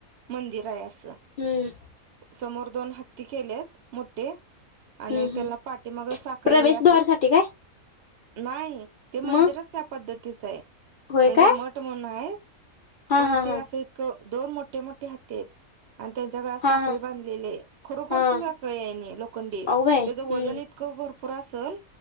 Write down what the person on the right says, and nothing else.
मंदिर आहे असं.
समोर दोन हत्ती केल्यात मोठे. आणि
त्याला
पाठी मग साखळी
असं
नाही ते मंदिरच
त्या पद्धतीचं आहे
म्हणजे
मठ म्हणून आहे.
पण
ते
असं इतकं दोन मोठे मोठे हत्ती आहेत. आणि त्यांच्या गळ्यात
साखळी
बांधलेली आहे खरोखरची
साखळी आहे लोखंडी
त्याचं
वजन इत भरपूर असल.